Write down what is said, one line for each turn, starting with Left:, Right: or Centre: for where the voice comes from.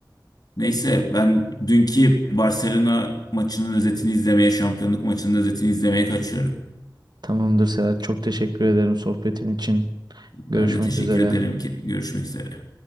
Left: Neyse ben dünkü Barcelona maçının özetini izlemeye, şampiyonluk maçının özetini izlemeye kaçıyorum.
Right: Tamamdır Serhat. Çok teşekkür ederim sohbetin için.
Left: Ben
Right: Görüşmek
Left: de teşekkür
Right: üzere.
Left: ederim ki görüşmek üzere.